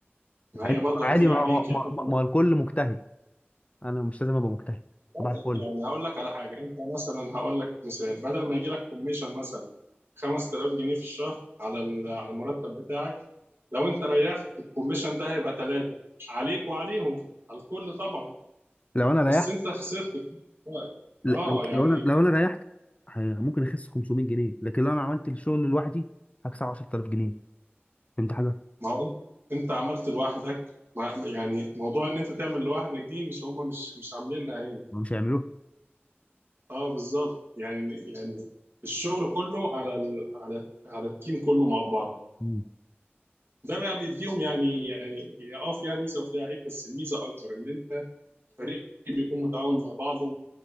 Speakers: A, on the right (about 65°); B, on the left (about 30°).
A: ما
B: عادي
A: هي برضه
B: عادي
A: هتيجي
B: ما
A: عليك
B: هو ما,
A: يعني انت
B: ما ما هو الكل مجتهد انا مش لازم ابقى مجتهد
A: لا،
B: صباح الفل
A: يعني هقول لك على حاجه انت مثلا هقول لك مثال بدل ما يجي لك كوميشن مثلا 5000 جنيه في الشهر على ال- على المرتب بتاعك لو انت ريحت الكوميشن ده هيبقى ثلاثه عليك وعليهم على الكل طبعا
B: لو انا ريحت
A: بس انت خسرت في الوقت
B: ل-
A: اه
B: لو
A: يعني
B: لو انا لو انا ريحت هي- ممكن اخس 500 جنيه لكن لو انا عملت الشغل لوحدي هكسب 10000 جنيه فهمت حاجه
A: ما هو انت انت عملت لوحدك ما يعني موضوع ان انت تعمل لوحدك دي مش هما مش مش عاملينها هنا
B: ما مش هيعملوها
A: اه بالظبط يعني يعني الشغل كله على ال... على على التيم كله مع بعض
B: مم.
A: ده بقى بيديهم يعني يعني اه فيها ميزه وفيها عيب بس الميزه اكبر ان انت فريق بيكون متعاون مع بعضه